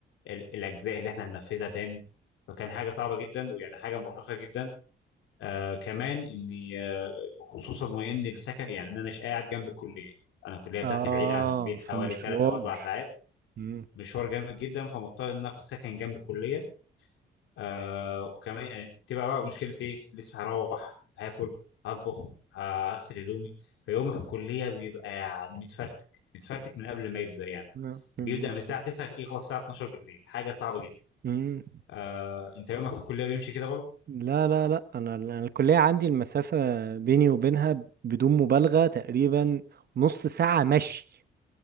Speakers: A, on the left (about 80°); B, on the right (about 50°).
A: ال- الاجزاء اللي احنا هننفذها تاني فكان حاجه صعبه جدا ويعني حاجه مرهقه جدا آه كمان اني آه خصوصا وان السكن يعني انا مش قاعد جنب الكليه انا الكليه بتاعتي
B: آه،
A: بعيده عن البيت
B: فمشوار
A: حوالي ثلاث او اربع ساعات
B: مم.
A: مشوار جامد جدا فمضطر ان انا اخد سكن جنب الكليه آه وكمان يعني تبقى بقى مشكلتي ايه لسه هروح هاكل هطبخ ه- هغسل هدومي فيومي في الكليه بيبقى يعني متفرتك متفرتك من قبل ما يبدا يعني
B: مم. مم.
A: بيبدا من
B: متعب.
A: الساعه 9 يخلص الساعه 12 بالليل حاجه صعبه جدا
B: مم.
A: آه انت يومك في الكليه بيمشي كده
B: لا لا لا انا أنا الكليه عندي المسافه بيني وبينها بدون مبالغه تقريبا نص ساعه مشي